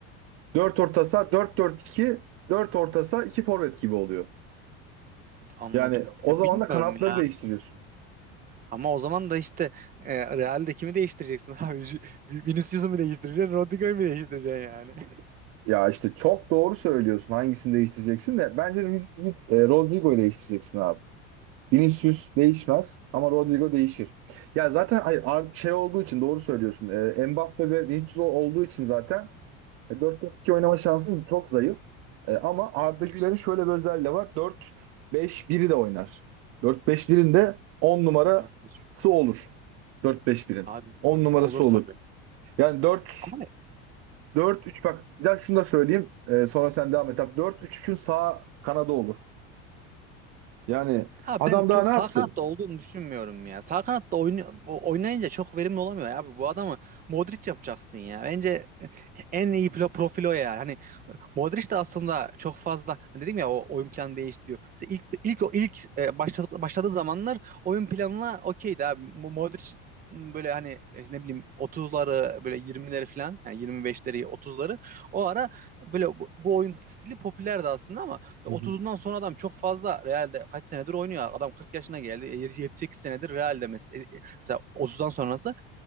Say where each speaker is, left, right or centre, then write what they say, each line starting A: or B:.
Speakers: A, on the right; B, on the right.
A: 4 orta saha dört dört iki, dört orta saha 2 forvet gibi oluyor.
B: anladım.
A: Yani o
B: Ya
A: zaman
B: bilmiyorum
A: da kanatları
B: ya.
A: değiştiriyorsun.
B: Ama o zaman da işte e, Real'de kimi değiştireceksin abi? Ju- Vinicius'u mu değiştireceksin? Rodrigo'yu mu değiştireceksin yani? <laughs>
A: Ya işte çok doğru söylüyorsun. Hangisini değiştireceksin de. Bence Rid- Rid- e, Rodrigo'yu değiştireceksin abi. Vinicius değişmez ama Rodrigo değişir. Ya zaten hayır, ar- şey olduğu için doğru söylüyorsun. E, Mbappe ve Vinicius olduğu için zaten e, 4-4-2 oynama şansın çok zayıf. E, ama Arda Güler'in şöyle bir özelliği de var. 4-5-1'i de oynar. 4-5-1'in de 10 numarası
B: Dört 5
A: olur. 4-5-1'in.
B: Abi
A: 10 numarası
B: olur tabii.
A: olur. Yani 4
B: Ama
A: Dört üç bak bir dakika şunu da söyleyeyim. Ee, sonra sen devam et. abi. Dört üç üçün sağ kanadı olur. Yani
B: Ya
A: adam
B: ben çok
A: daha ne
B: sağ
A: yapsın?
B: kanatta olduğunu düşünmüyorum ya. Sağ kanatta oyna- oynayınca çok verimli olamıyor ya. Bu adamı Modric yapacaksın ya. Bence en iyi plo- profil o ya. Hani Modric de aslında çok fazla hani dedim ya o oyun planı değiştiriyor. Mesela ilk ilk o ilk e, başladık, başladığı zamanlar oyun planına okeydi abi. Mo- Modric m, böyle hani e, ne bileyim 30'ları böyle 20'leri falan yani 25'leri 30'ları o ara böyle bu, bu oyun stili popülerdi aslında ama 30'undan
A: Hı hı.
B: sonra adam çok fazla Real'de kaç senedir oynuyor. Adam 40 yaşına geldi. 7-8 senedir Real'de mes- e, e, mesela 30'dan sonrası